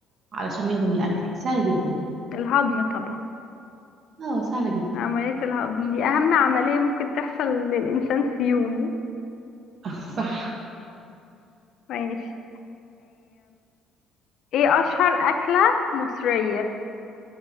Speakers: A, on the right; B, on the left.
A: علشان يهضم الأكل سهلة جدا
B: الهضم طبعا
A: اه سهلة جدا
B: عملية الهضم دي أهم عملية ممكن تحصل للإنسان في يومه
A: <laughs> صح
B: ماشي ايه اشهر اكلة مصرية